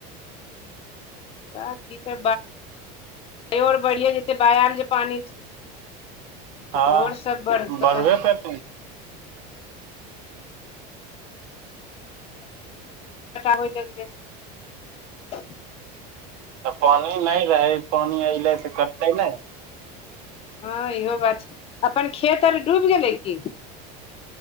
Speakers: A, on the left; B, on the right.
A: की कर <unintelligible> र बढ़िया जे बाय जे पानी
B: हँ
A: आओर सभ बड़का
B: बढ़बे करतै
A: होइ लगल। <unintelligible>
B: तऽ पानि नहि रहै पानि ऐलै तऽ कटते ने
A: ह इहो बात छै अपन खेत आर डूबि गेलै की